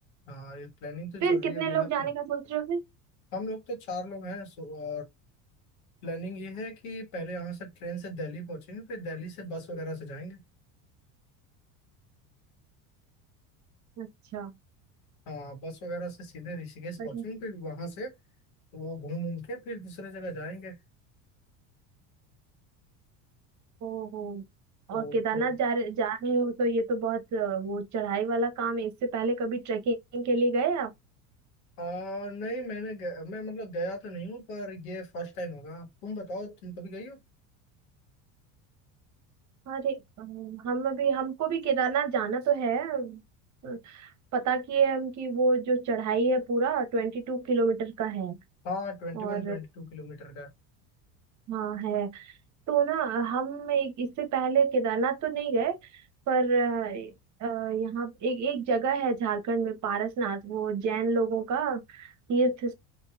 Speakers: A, on the left; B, on the right.
A: हाँ ये प्लानिंग तो
B: फिर
A: जरूरी
B: कितने
A: है
B: लोग
A: बिना प्ल...
B: जाने का सोच रहे हो फिर
A: हम लोग तो चार लोग हैं सो और प्लानिंग ये है कि पहले यहाँ से ट्रेन से दिल्ली पहुंचेंगे फिर दिल्ली से बस वगैरह से जाएंगे
B: अच्छा
A: हाँ बस वगैरह से सीधे ऋषिकेश पहुंचेंगे
B: बढ़िया
A: फिर वहां से वो घूम घूम के फिर दूसरे जगह जाएंगे
B: ओहो
A: तो,
B: और केदारनाथ
A: तो
B: जा रहे जा रहे हो तो ये तो बहुत अ, वो चढ़ाई वाला काम है इससे पहले कभी ट्रेकिंग के लिए गए आप
A: आ, नहीं मैंने गया, मैं मतलब गया तो नहीं हूँ पर ये फर्स्ट टाइम होगा तुम बताओ तुम कभी गई हो
B: अरे अम, हम अभी हमको भी केदारनाथ जाना तो है अ, पता किए हम कि वो जो चढ़ाई है पूरा ट्वेंटी टू किलोमीटर का है
A: हाँ ट्वेंटी वन
B: और
A: ट्वेंटी टू किलोमीटर का
B: हाँ है तो ना हम एक इससे पहले केदारनाथ तो नहीं गए पर अ, अ, यहाँ एक एक जगह है झारखंड में पारसनाथ वो जैन लोगों का तीर्थ